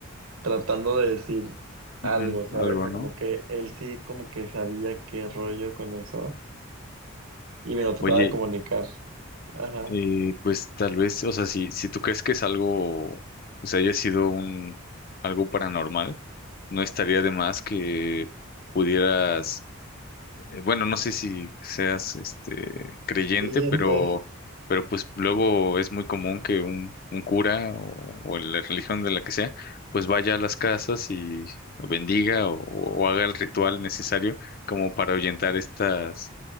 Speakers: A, on the right; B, on the left.
A: tratando de decir algo,
B: Ujú,
A: ¿sabes?
B: Algo,
A: O sea,
B: ¿no?
A: como que él sí como que sabía qué rollo con eso y me lo trataba
B: Oye,
A: de comunicar. Ajá.
B: Eh, pues tal vez, o sea, si, si tú crees que es algo, pues haya sido un algo paranormal, no estaría de más que pudieras, eh, bueno, no sé si seas este creyente,
A: Creyente.
B: pero, pero pues luego es muy común que un, un cura o, o la religión de la que sea, pues vaya a las casas y bendiga o, o haga el ritual necesario como para ahuyentar estas